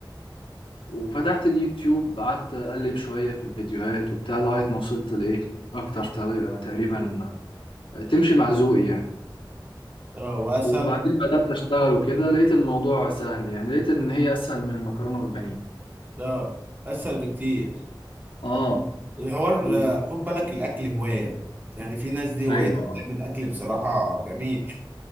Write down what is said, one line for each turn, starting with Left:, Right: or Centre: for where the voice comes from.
Left: وفتحت اليوتيوب قعدت اقلب شوية في الفيديوهات وبتاع لغاية ما وصلت لايه اكتر طريقة تقريبا تمشي مع ذوقي يعني
Right: اه واسهل
Left: وبعدين بدأت أشتغل وكده لقيت الموضوع سهل يعني لقيت إن هي أسهل من المكرونة والبانيه
Right: اه اسهل بكتير
Left: اه
Right: الحوار
Left: و...
Right: آه، خد بالك الاكل هوايه يعني في ناس دي هوايتها
Left: ايوه اه
Right: بتعمل اكل بصراحه جميل